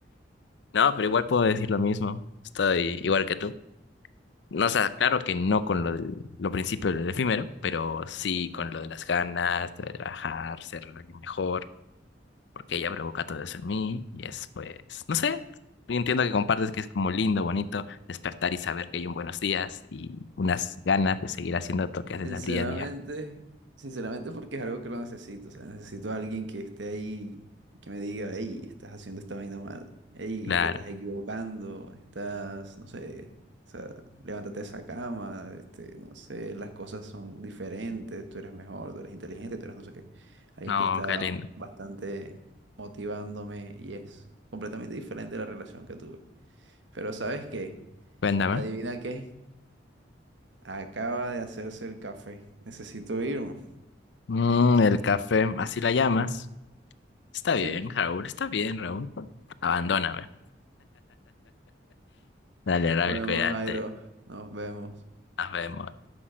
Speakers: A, on the left; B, on the right.
A: No, pero igual puedo decir lo mismo. Estoy igual que tú. No, o sea, claro que no con lo del lo principio del efímero, pero sí con lo de las ganas de trabajar, ser alguien mejor. porque ella provoca todo eso en mí y es pues, no sé, entiendo que compartes que es como lindo, bonito despertar y saber que hay un buenos días y unas ganas de seguir haciendo toques
B: Sinceramente,
A: que al día a día.
B: sinceramente porque es algo que lo necesito, o sea, necesito a alguien que esté ahí, que me diga, hey, estás haciendo esta vaina mal, hey,
A: Claro,
B: te estás equivocando, estás, no sé, o sea, levántate de esa cama, este, no sé, las cosas son diferentes, tú eres mejor, tú eres inteligente, tú eres no sé qué. Alguien
A: no,
B: que está
A: qué lindo.
B: bastante motivándome y es completamente diferente de la relación que tuve. Pero ¿sabes qué?
A: Cuéntame.
B: ¿Adivina qué? Acaba de hacerse el café. Necesito irme.
A: Mm, el café, así la llamas. Está bien,
B: Sí,
A: Raúl, está bien, Raúl. Abandóname. Dale, Raúl,
B: bueno,
A: cuídate.
B: Jairo, nos vemos.
A: Nos vemos.